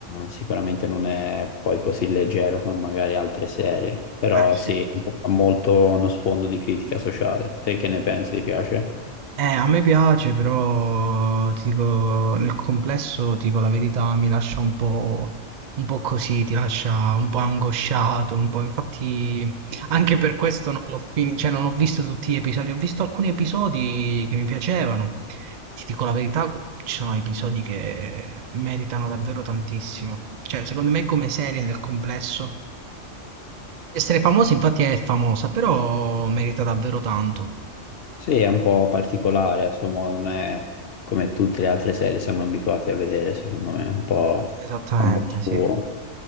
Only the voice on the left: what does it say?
sicuramente non è poi così leggero come magari altre serie, però
sì, ha molto uno sfondo di critica sociale. Te che ne pensi, ti piace?
Sì, è un po' particolare, insomma, non è come tutte le altre serie siamo abituati a vedere, secondo me, un po'
a modo suo.